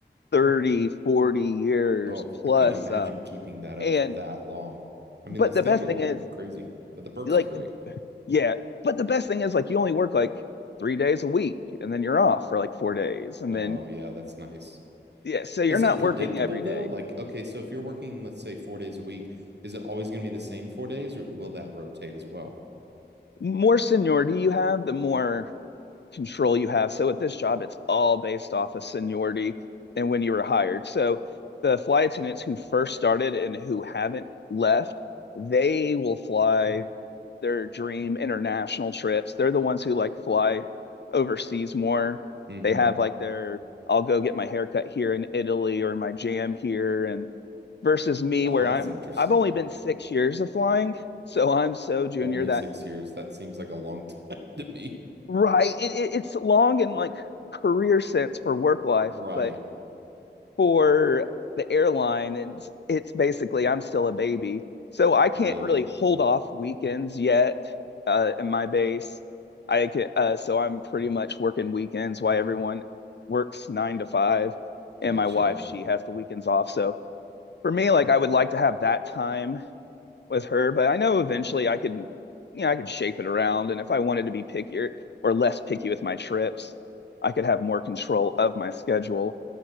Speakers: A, on the left (about 70°); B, on the right (about 65°).
A: 30, 40 years
B: Oh,
A: plus
B: I couldn't imagine
A: um
B: keeping that up
A: and
B: for that long. I mean,
A: but
B: the schedule
A: the best thing
B: would
A: is
B: be crazy, but the perks
A: like
B: are great.
A: yeah. But the best thing is like you only work like three days a week and then you're off for like four days. And
B: Oh,
A: then,
B: yeah, that's nice.
A: yeah, so you're
B: Is
A: not
B: it predictable
A: working every
B: though?
A: day.
B: Like, okay, so if you're working, let's say four days a week, is it always going to be the same four days or will that rotate as well?
A: More seniority you have, the more control you have. So at this job, it's all based off of seniority and when you were hired. So the flight attendants who first started and who haven't left, they will fly their dream international trips. They're the ones who like fly overseas more.
B: hmm
A: They have like their I'll go get my haircut here in Italy or my jam here and versus me
B: Oh,
A: where
B: that's
A: I'm
B: interesting.
A: I've only been 6 years of flying, so I'm so junior
B: Only
A: that
B: six years. That seems like a long <laughs> time to me.
A: right it, it, it's long in like career sense for work life,
B: Right.
A: but for the airline and it's, it's basically I'm still a baby. So I
B: Really?
A: can't really hold off weekends yet uh, in my base. I can, uh, so I'm pretty much working weekends while everyone works nine to five.
B: Gotcha.
A: And my wife, she has the weekends off. So for me, like I would like to have that time with her, but I know eventually I could, you know, I could shape it around. And if I wanted to be pickier or less picky with my trips, I could have more control of my schedule.